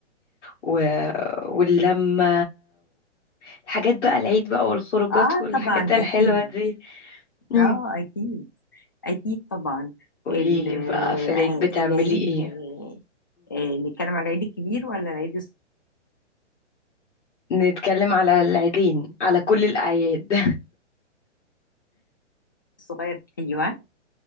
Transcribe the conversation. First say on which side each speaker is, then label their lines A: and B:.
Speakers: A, on the left; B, on the left.
A: و... واللمة والحاجات بقى العيد بقى والخروجات
B: اه
A: والحاجات
B: طبعا
A: الحلوة
B: اكيد
A: دي مم.
B: اه اكيد اكيد طبعا
A: قوليلي
B: ال-
A: بقى في العيد
B: آه،
A: بتعملي
B: العيد
A: ايه
B: آه، آه، نتكلم على العيد الكبير ولا العيد
A: نتكلم على العيدين على كل الأعياد
B: الصغير ايوه